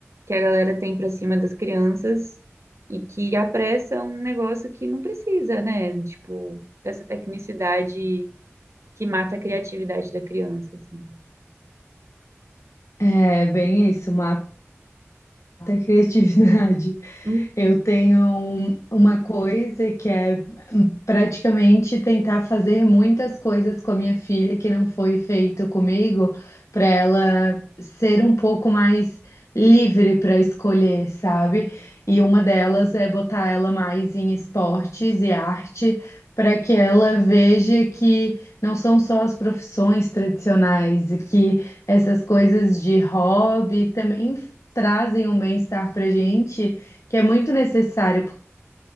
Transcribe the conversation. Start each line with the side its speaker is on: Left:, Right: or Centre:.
Right: que a galera tem para cima das crianças e que apressa um negócio que não precisa, né? Tipo, dessa tecnicidade que mata a criatividade da criança, assim.
Left: É bem isso, uma da criatividade.
Right: Uhum.
Left: Eu tenho um- uma coisa que é hum, praticamente tentar fazer muitas coisas com a minha filha que não foi feito comigo, para ela ser um pouco mais livre para escolher, sabe? E uma delas é botar ela mais em esportes e arte. Para que ela veja que não são só as profissões tradicionais, e que essas coisas de hobby também trazem um bem-estar para a gente que é muito necessário,